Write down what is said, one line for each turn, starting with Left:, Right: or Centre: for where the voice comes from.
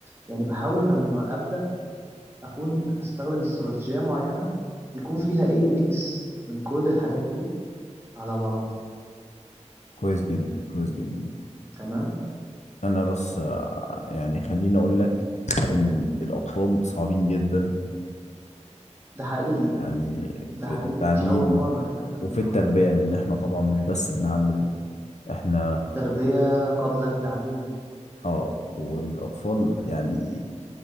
Right: يعني باحاول لمّا أبدأ أكون أستخدم استراتيجية معيّنة يكون فيها إيه، mix من كل الحاجات دي على بعض
Left: كويس جدا كويس جدا
Right: تمام،
Left: أنا بس آه، يعني خلّيني أقول لك إن الأطفال صعبين جدًا،
Right: ده حقيقي،
Left: يعني
Right: ده
Left: في
Right: حقيقي
Left: في التعليم
Right: مش أول مرّة يعني أتعامل
Left: وفي
Right: معاهم.
Left: التربية، لإن إحنا طبعًا مش بس بنعلّم، إحنا
Right: تربية قبل التعليم،
Left: آه، والأطفال يعني